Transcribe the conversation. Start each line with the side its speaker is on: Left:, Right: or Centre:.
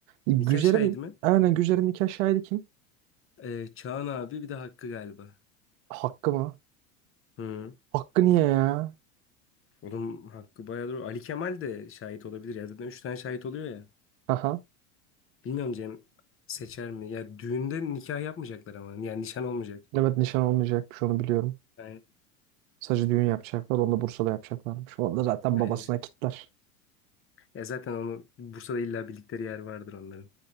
Right: Güzer'in
Left: Nikah şahidi mi?
Right: aynen Güzer'in nikah şahidi kim?
Left: Ee, Çağan abi bir de Hakkı galiba.
Right: Hakkı mı?
Left: Hı.
Right: Hakkı niye ya?
Left: Onun hakkı bayağı doğru. Ali Kemal de şahit olabilir ya. Zaten üç tane şahit oluyor ya.
Right: Aha.
Left: Bilmiyorum Cem seçer mi? Ya düğünde nikah yapmayacaklar ama. Yani nişan olmayacak.
Right: Evet nişan olmayacakmış onu biliyorum.
Left: Yani,
Right: Sadece düğün yapacaklar. Onu da Bursa'da yapacaklarmış. Onu da zaten
Left: yani-
Right: babasına kitler.
Left: Ya zaten onu Bursa'da illa bildikleri yer vardır onların.